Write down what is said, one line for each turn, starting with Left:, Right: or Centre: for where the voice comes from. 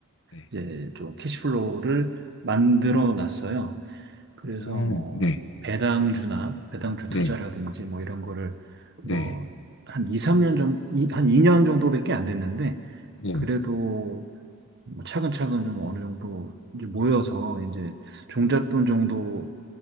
Left: 네.
Right: 이제 좀 캐시플로우를 만들어 놨어요. 그래서
Left: 오,
Right: 뭐
Left: 네,
Right: 배당주나 배당주
Left: 네,
Right: 투자라든지 뭐 이런 거를
Left: 네,
Right: 뭐 한 2, 3년 정도, 한 2년 정도밖에 안 됐는데
Left: 네.
Right: 그래도 뭐 차근차근 좀 어느 정도 이제 모여서 이제 종잣돈 정도